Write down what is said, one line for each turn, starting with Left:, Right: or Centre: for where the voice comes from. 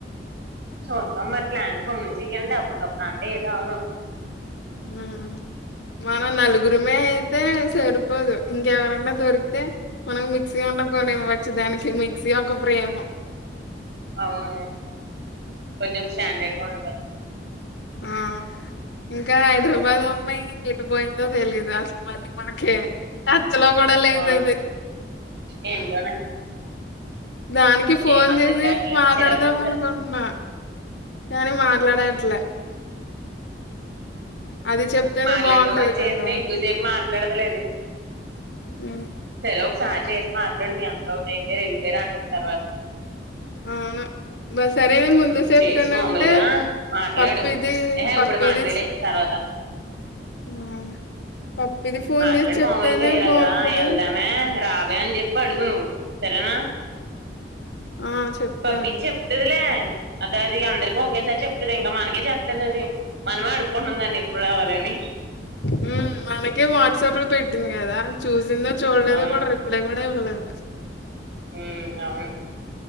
Right: చూద్దాం మరి ప్లాన్ గా మంచిగ ఇయ్యండి అప్పుడప్పుడు అంటే ఏది అవ్వదు
Left: మ్మ్ మన నలుగురిమే అయితే సరిపోదు ఇంకెవరన్న దొరికితే మనకు మిక్స్ మనం కోనేయి వొచ్చు దానికి మిక్సీ ఒక ప్రేము
Right: అవునా కొంచం స్టాండడ్ గా ఉన్నాం
Left: ఆ ఇంకా హైదరాబాద్ అమ్మాయి ఏటు బోయిందో తెలీదు అసలు మళ్ళీ మనకి టచ్ లో గూడా లేదది
Right: అవును ఏంటోనే
Left: దానికి ఫోన్
Right: ఏం అర్థం
Left: జేసి
Right: కావట్లేదు
Left: మాట్లాడదాం
Right: చిరాకు వచ్చేస్తుంది
Left: అనుకుంటున్నా గాని మాట్లాడట్లే అది చెప్తేనే
Right: మాట్లాడదామని
Left: బావుంటది
Right: చేసిన
Left: కదా!
Right: ఎక్కువసేపు మా ట్లాడతలేదు
Left: హ్మ్.
Right: సరే ఒకసారి చేసి మాట్లాడు మీ అంత ఒకటి అయిపోయారు యెళ్ళిపోయారు అంటది తర్వాత
Left: అవును అబ్బ సరేనే
Right: ఉమ్,
Left: ముందు సెప్తానంటే
Right: చేసి మామూలుగా మాట్లాడు
Left: పప్పిది
Right: ఏహే
Left: పప్పిది
Right: ఇప్పుడు మాట్లాడే తర్వాత
Left: హ్మ్. పప్పిది ఫోన్
Right: మాట్లాడు
Left: చేసి చెప్తేనే
Right: మామూలుగా ఇలాగా
Left: బావుంటది.
Right: యెళ్దామే రా వే అని చెప్పి అడుగు నువ్వు సరేనా
Left: ఆ! చెప్తాను.
Right: పప్పి చెప్తదిలే అది అది అందరికి ఒకేసారి చెప్తది ఇంకా మనకే చెప్పలేదు అది మనమే అడుకుంటున్నాం దాన్ని ఎప్పుడు రావాలని
Left: హ్మ్. మనకే వాట్సాప్‌లో పెట్టింది కదా చూసిందో చూడలేదో
Right: అవును
Left: కూడా రిప్లై కూడా ఇవ్వలేదు
Right: ఉమ్ అవును